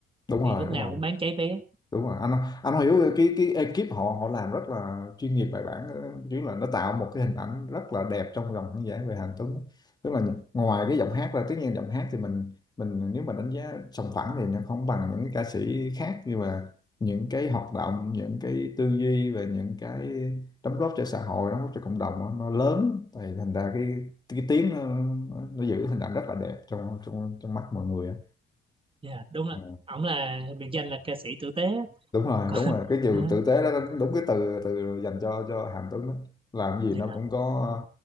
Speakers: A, on the left; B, on the right.
A: đúng rồi
B: thì lúc
A: đúng
B: nào
A: rồi
B: cũng bán cháy vé
A: đúng rồi anh anh hiểu cái cái ekip họ họ làm rất là chuyên nghiệp bài bản chứ là nó tạo một cái hình ảnh rất là đẹp trong lòng khán giả về Hàn Tuấn tức là ngoài cái giọng hát ra tất nhiên giọng hát thì mình mình nếu mà đánh giá sòng phẳng thì nó không bằng những cái ca sĩ khác nhưng mà những cái hoạt động những cái tư duy và những cái đóng góp cho xã hội đóng góp cho cộng đồng đó, nó lớn thì thành ra cái cái tiếng nó, nó giữ hình ảnh rất là đẹp trong trong trong mắt mọi người á.
B: dạ đúng
A: Ờ.
B: rồi ổng là biệt danh là ca sĩ tử tế <laughs>
A: đúng rồi
B: còn,
A: đúng rồi cái từ
B: à,
A: tử tế đó đúng cái từ từ dành cho cho Hàm Tuấn đó làm gì
B: dạ
A: nó cũng có